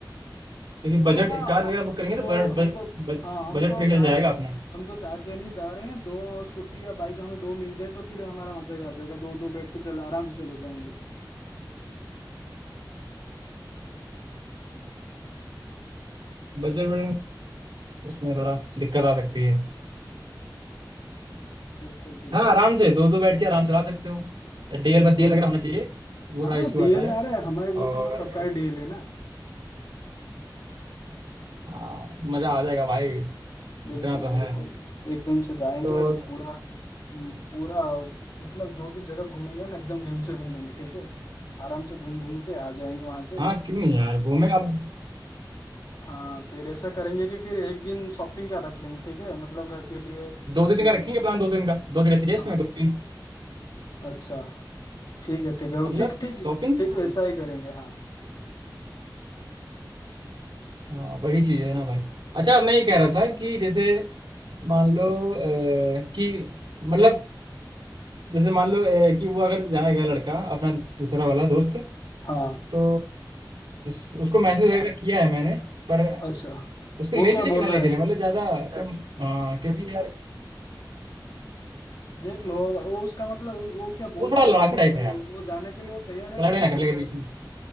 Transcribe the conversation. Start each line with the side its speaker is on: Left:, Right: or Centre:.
Right: क्योंकि बजट
Left: वो हाँ
Right: कार
Left: हम
Right: वगैरह बुक
Left: हम
Right: करेंगे
Left: तो
Right: तो
Left: हम तो
Right: बजट
Left: हाँ हम
Right: बजट
Left: तो
Right: फ्री हिल
Left: चार
Right: जाएगा अपना
Left: हम तो चार जन ही जा रहे हैं दो स्कूटी या बाइक हमें दो मिल जाए तो फिर हमारा मजा ही आ जाएगा दो दो बैठ के चल आराम से चले जाएंगे
Right: बजट उसमें थोड़ा दिक्कत आ सकती है
Left: बिल्कुल बिल्कुल
Right: हाँ आराम से दो दो बैठ के आराम से चला सकते हो डीएल
Left: बिल्कुल
Right: बस डीएल वगैरह होना चाहिए वो
Left: हाँ
Right: थोड़ा इशू
Left: डीएल
Right: आता है
Left: आ रहा है हमारे ग्रुप
Right: और
Left: में तो सबका ही डीएल है ना
Right: हाँ मज़ा आ जाएगा भाई
Left: बिल्कुल
Right: इतना तो है
Left: बिल्कुल एकदम से जाएंगे
Right: तो
Left: पूरा पूरा मतलब जो भी जगह घूमेंगे ना एकदम दिल से घूमेंगे ठीक है आराम से घूम घूम के आ जाएंगे वहां से
Right: हाँ क्यों नहीं यार घूमेंगे अब
Left: हाँ फिर ऐसा करेंगे कि फिर एक दिन शॉपिंग क्या रख लेंगे ठीक है मतलब घर के लिए हम्म,
Right: दो दो दिन का रखेंगे प्लान दो दिन का दो दिन ऐसे केस
Left: हाँ
Right: में दो दिन
Left: अच्छा ठीक है ठीक है
Right: मतलब
Left: ठीक ठीक
Right: शॉपिंग
Left: ठीक वैसा ही करेंगे हाँ
Right: हाँ वही चीज है ना भाई अच्छा मैं ये कह रहा था कि जैसे मान लो अ, कि मतलब जैसे मान लो अ, कि वो अगर जाएगा लड़का अपना दूसरा वाला दोस्त
Left: हाँ
Right: तो उस उसको मैसेज वगैरह किया है मैंने पर
Left: अच्छा
Right: उसको ले
Left: वो क्या
Right: चले कि
Left: बोल
Right: ना ले
Left: रहा
Right: चले
Left: है
Right: मतलब ज्यादा तुम अ, क्योंकि यार
Left: देख लो वो उसका मतलब वो, वो क्या बोल
Right: वो थोड़ा
Left: क्या
Right: लड़ाकू
Left: रहा है अगर
Right: टाइप
Left: वो
Right: है यार
Left: वो जाने के लिए वो तैयार है
Right: लड़ाई
Left: तो
Right: वड़ाई
Left: फिर
Right: ना करने
Left: कोई दिक्कत
Right: के बीच
Left: नहीं
Right: में